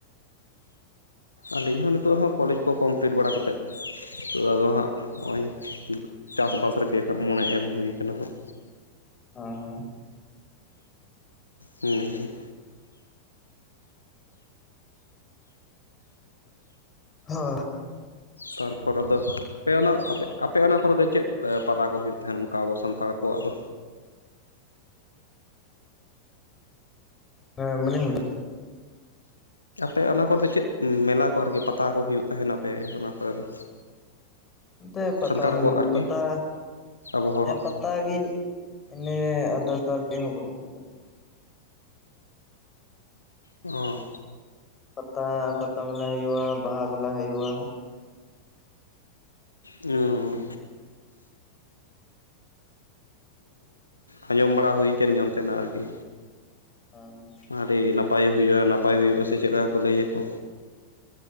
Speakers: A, on the left; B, on the left.
A: ᱟᱹᱞᱤᱧ ᱦᱚᱸ ᱱᱤᱛᱚᱜ ᱦᱚᱸ ᱠᱚᱞᱮᱡᱽ ᱠᱚ ᱠᱚᱢᱯᱞᱤᱴ ᱵᱟᱲᱟ ᱠᱟᱛᱮᱫ ᱱᱚᱜ ᱟᱫᱚ ᱦᱟᱸᱜ ᱱᱚᱜᱼᱚᱸᱚᱭ ᱪᱟᱥᱵᱟᱥ ᱨᱮᱜᱮ ᱦᱟᱸᱜ ᱢᱚᱱᱮ ᱮᱢ ᱦᱩᱭ ᱟᱠᱟᱱᱟ ᱦᱟᱸᱜ
B: ᱦᱩᱸ ᱦᱩᱸ
A: ᱦᱩᱸ ᱦᱩᱸ
B: ᱦᱳ
A: ᱛᱟᱨᱯᱚᱨ ᱟᱫᱚ ᱟᱯᱮ ᱚᱱᱟᱯᱮ ᱟᱯᱮ ᱚᱱᱟ ᱠᱚᱨᱮ ᱫᱚ ᱪᱮᱫ ᱯᱟᱛᱟ ᱠᱚ ᱦᱩᱭᱩᱜ ᱛᱟᱦᱮᱸᱱ ᱚᱱᱠᱟ ᱟᱵᱚ ᱥᱟᱱᱛᱟᱲ ᱠᱚᱣᱟᱜ ᱫᱚ
B: ᱦᱮᱸ ᱵᱟᱹᱞᱮᱧ ᱵᱩᱡᱫᱟ
A: ᱟᱯᱮ ᱚᱱᱟ ᱠᱚᱨᱮ ᱫᱚ ᱪᱮᱫ ᱢᱮᱞᱟ ᱠᱚ ᱟᱨᱠᱤ ᱯᱟᱛᱟ ᱠᱚ ᱦᱩᱭᱩᱜ ᱛᱟᱦᱮᱱᱟᱯᱮ ᱚᱱᱟ ᱠᱚᱨᱮ ᱫᱚ
B: ᱱᱛᱮ ᱯᱟᱛᱟ
A: ᱥᱟᱱᱛᱟᱲ
B: ᱦᱩᱭᱩᱜ
A: ᱠᱚᱣᱟᱜ ᱟᱨᱠᱤ
B: ᱯᱟᱛᱟ
A: ᱟᱵᱚ ᱦᱚᱲᱟᱜ
B: ᱦᱮᱸ ᱯᱟᱛᱟ ᱜᱮ ᱤᱱᱟᱹ ᱟᱫᱚ ᱛᱚ ᱪᱮᱫ ᱦᱚᱸ ᱵᱟᱹᱱᱩᱜ ᱠᱟᱫᱟ
A: ᱚ
B: ᱯᱟᱛᱟ ᱯᱟᱛᱟ ᱢᱮᱞᱟ ᱦᱩᱭᱩᱜᱼᱟ ᱵᱟᱦᱟ ᱢᱮᱞᱟ ᱦᱩᱭᱩᱜᱼᱟ
A: ᱚᱻ ᱟᱸᱡᱚᱢ ᱵᱟᱲᱟ ᱦᱩᱭ ᱠᱟᱱ ᱜᱮᱭᱟ ᱚᱱᱛᱮᱱᱟᱜ ᱟᱨᱠᱤ
B: ᱦᱟᱸ
A: ᱟᱹᱰᱤ ᱱᱟᱯᱟᱭ ᱦᱩᱭᱩᱜᱼᱟ ᱱᱟᱯᱟᱭ ᱦᱩᱭᱩᱜᱼᱟ ᱥᱮ ᱪᱮᱫ ᱞᱮᱠᱟ ᱠᱚ ᱞᱟᱹᱭᱟᱠᱚ